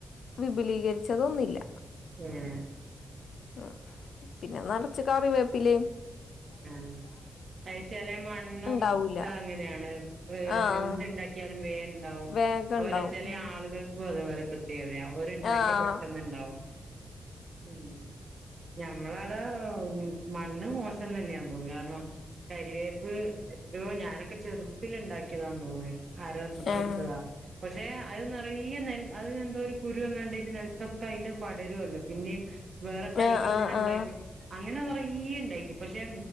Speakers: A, on the left; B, on the right.
A: വിപുലീകരിച്ചതൊന്നുല്ല
B: ഏഹ്
A: ആഹ് പിന്നെ ന്നർച്ച് കറിവേപ്പിലേം
B: ആഹ് അത് ചേലെ മണ്ണും
A: ഉണ്ടാവൂല
B: അത് അങ്ങനെണ് <unintelligible>
A: ആഹ്
B: ക്കിയാലും വേം ഇണ്ടാവും
A: വേഗം
B: അത്
A: ഉണ്ടാവും
B: പോലെ ചെലെ
A: ഉം
B: ആളുകൾക്കും അതു പോലെ <unintelligible> <unintelligible> ഓര് ഇണ്ടാക്ക്യ
A: ആഹ്
B: പെട്ടെന്ന് ഇണ്ടാവും ഉം ഞമ്മള അവ്ടെ മണ്ണ് മോശം തന്നെയാ തോന്നുന്നു കാരണം കരിവേപ്പ് എത്തോ ഞാനൊക്കെ ചെറുതില് ഇണ്ടാക്കിയതാന്ന് തോന്നെ ആരോ
A: ആഹ്
B: ഇട്ത്തതാ പക്ഷെ അത് നിറയെ നെൽ അത് എന്തോ ഒരു കുരു അങ്ങാണ്ടീറ്റ് നെൽത്തൊക്കെ അയ്ന്റെ പടരുല്ലോ പിന്നേം വേറെ തൈകള്
A: ആഹ് ആഹ്
B: ഇങ്ങനെ ഇണ്ടായിക്കൊ
A: ആഹ്
B: അങ്ങനെ കുറെ ഇണ്ടായിക്ക് പക്ഷെ